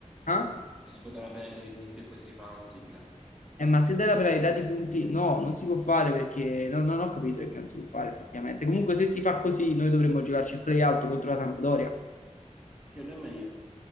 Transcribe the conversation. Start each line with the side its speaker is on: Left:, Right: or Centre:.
Left: eh?
Centre: Non si può dare una penalità di punti e poi si rifà la classifica.
Left: Eh, ma se dai la penalità di punti, no, non si può fare perché no, no, non ho capito perché non si può fare effettivamente. Comunque, se si fa così, noi dovremmo giocarci il play-out contro la Sampdoria.
Centre: Che non è meglio.